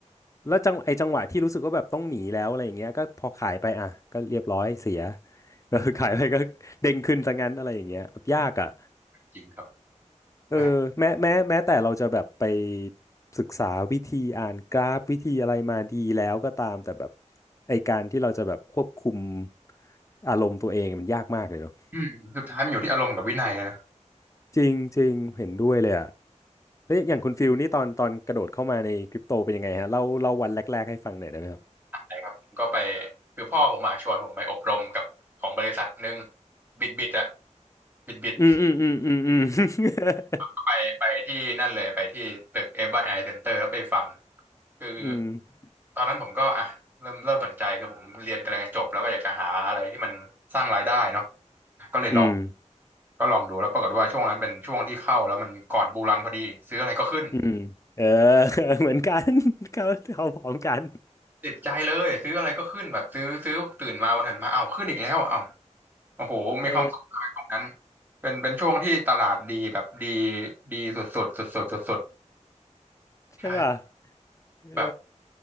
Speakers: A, on the left; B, on the right.
A: แล้วจังไอจังหวะที่รู้สึกว่าแบบต้องหนีแล้วอะไรอย่างเงี้ยก็พอขายไปอ่ะก็เรียบร้อยเสีย <laughs> เออขายไปก็เด้งขึ้นซะงั้นอะไรอย่างเงี้ยแบบยากอ่ะ
B: จริงครับ
A: เออแม้แม้แม้แต่เราจะแบบไป
B: แหม
A: ศึกษาวิธีอ่านกราฟวิธีอะไรมาดีแล้วก็ตามแต่แบบไอการที่เราจะแบบควบคุมอารมณ์ตัวเองมันยากมากเลยเนอะ
B: อืมสุดท้ายมันอยู่ที่อารมณ์กับวินัยนะ
A: จริงจริงเห็นด้วยเลยอ่ะแล้วอย่างคุณฟิลนี่ตอนตอนกระโดดเข้ามาในคริปโตเป็นยังไงฮะเล่าเล่าวันแรกๆให้ฟังหน่อยได้ไหมครับ
B: ใช่ครับผมก็ไปคือพ่อผมอะชวนผมไปอบรมกับของบริษัทหนึ่งบิดบิดอะบิดบิด
A: อืมอืมอืมอืมอ
B: ก็ไปไปที่นั่นเลยไปที่ตึก FYI Center แล้วไปฟังคือ
A: ืม <laughs>
B: ตอนนั้นผมก็อ่ะเริ่มเริ่มสนใจคือผมเรียนกำลังจะจบแล้วก็อยากจะหาอะไรที่มันสร้างรายได้เนาะก็เลยลอง
A: อืมอืม
B: ก็ลองดูแล้วปรากฏว่าช่วงนั้นเป็นช่วงที่เข้าแล้วมันก่อนบูรันพอดีซื้ออะไรก็ขึ้น
A: อืมเออ <laughs> เหมือนกัน <laughs> เขาเขาพร้อมกัน
B: ติดใจเลยซื้ออะไรก็ขึ้นแบบซื้อซื้อตื่นมาวันถัดมาเอ้าขึ้นอีกแล้วเอ้าโอ้โหมีความสุขมากช่วงนั้น
A: เออ
B: เป็นเป็นช่วงที่ตลาดดีแบบดีดีสุดสุดสุดสุดสุดสุดๆใช่
A: ใช่ป่ะเออ
B: แบบ